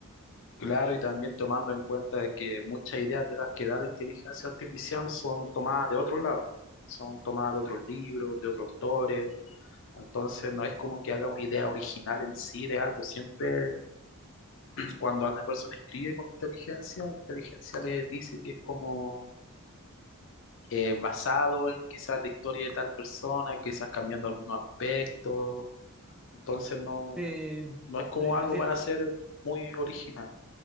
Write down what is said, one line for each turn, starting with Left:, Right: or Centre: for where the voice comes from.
Left: Claro, y también tomando en cuenta de que muchas ideas de las que da la inteligencia artificial son tomadas de otros lados, son tomadas de otros libros, de otros autores. Entonces, no es como que haga una idea original en sí de algo, siempre Cuando una persona escribe con inteligencia, la inteligencia le dice que es como eh, basado en quizás la historia de tal persona, quizás cambiando algunos aspectos. Entonces no,
Centre: Sí,
Left: no es como
Centre: sí
Left: algo
Centre: así,
Left: para ser muy original.